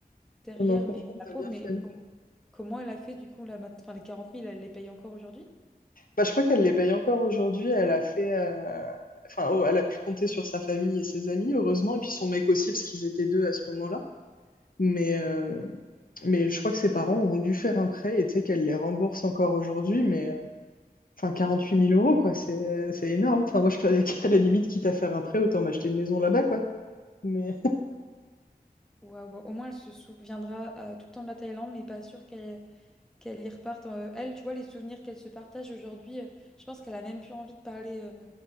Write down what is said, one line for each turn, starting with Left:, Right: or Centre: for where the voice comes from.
Centre: derrière,
Left: non, non, franchement,
Centre: mais la
Left: on a
Centre: pauvre,
Left: bien
Centre: mais
Left: fait.
Centre: com- comment elle a fait du coup, là, mat- enfin, les quarante mille, elle les paye encore aujourd'hui?
Left: Bah, je crois qu'elle les paye encore aujourd'hui. Elle a fait, euh, enfin, oh, elle a pu compter sur sa famille et ses amis, heureusement, et puis son mec aussi, parce qu'ils étaient deux à ce moment-là. Mais, euh, mais je crois que ses parents ont dû faire un prêt et tu sais qu'elle les rembourse encore aujourd'hui, mais euh, enfin huit mille euros, quoi, c'est euh, c'est énorme. Enfin, moi, je peux, <laughs> à la limite, quitte à faire un prêt, autant m'acheter une maison là-bas, quoi. Mais, <laughs>
Centre: Waouh, bah, au moins, elle se souviendra euh, tout le temps de la Thaïlande, mais pas sûr qu'elle qu'elle y reparte. euh, elle, tu vois, les souvenirs qu'elle se partage aujourd'hui, euh, je pense qu'elle a même plus envie de parler, euh,